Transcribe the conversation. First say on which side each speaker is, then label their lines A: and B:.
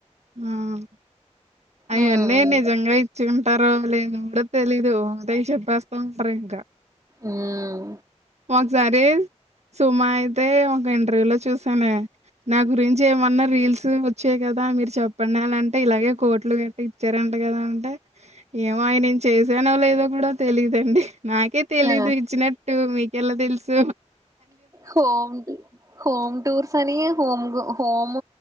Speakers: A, on the right; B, on the right.
A: ఆహ్ అయ్యన్నీ
B: ఉమ్
A: నిజంగా ఇత్ చ్చుకుంటారో లేదొ కూడా తెలీదు. అదే చెప్పేస్తా ఉంట్రూ ఇంకా.
B: ఉహ్మ్
A: ఒక్సారి సుమయ్ అయితే ఒక ఇంటర్వ్యూ లో చూసానే. నా గురించి ఏమన్నా రీల్స్ వచ్చాయి కదా మీరు చెప్పండి. అని అంటే ఇలాగే కోట్లు గట్టి ఇచ్చారంట కదా. అంటే ఏమో అయి నేన్ చేసానో లేదో కూడా తెలిదండి. నాకే తెలీదు
B: ఆ
A: ఇచ్చినట్ ట్టు మీ ఎలా తెలుసు
B: హోమ్ టు హోమ్ టూర్స్ అని హోమ్ గు హోమ్